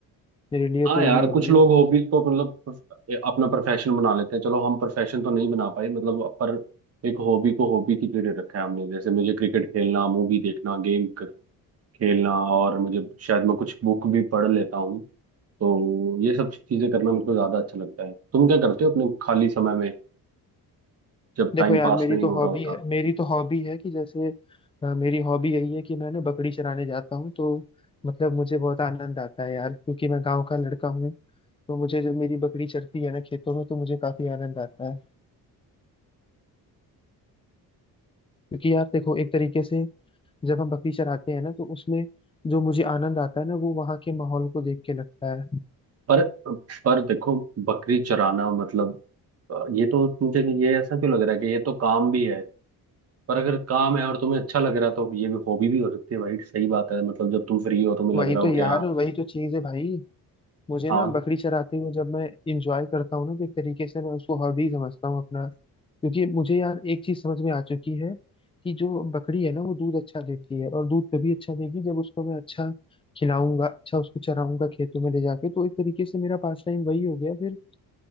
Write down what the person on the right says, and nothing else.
हाँ
यार
कुछ
लोग हॉबीज को मतलब प्रोफ- अपना प्रोफेशन बना लेते हैं चलो हम प्रोफेशन तो नहीं बना पाए मतलब पर एक हॉबी को हॉबी की तरह रखा है हमने जैसे मुझे क्रिकेट खेलना मूवी देखना गेम खेलना और मुझे शायद मैं कुछ बुक भी पढ़ लेता हूँ तो ये सब चीजें करना मेरे को ज्यादा अच्छा लगता है तुम क्या करते हो अपने खाली समय में जब
टाइम
पास
नहीं
हो
रहा होता
पर पर देखो बकरी चराना मतलब अ, ये तो मुझे ये ऐसा क्यों लग रहा है कि ये तो काम भी है पर अगर काम है और तुम्हें अच्छा लग रहा है तो ये भी हॉबी भी हो सकती है भाई सही बात है मतलब जब तुम फ्री हो तुम्हें
लग रहा
हो
कि हाँ
हाँ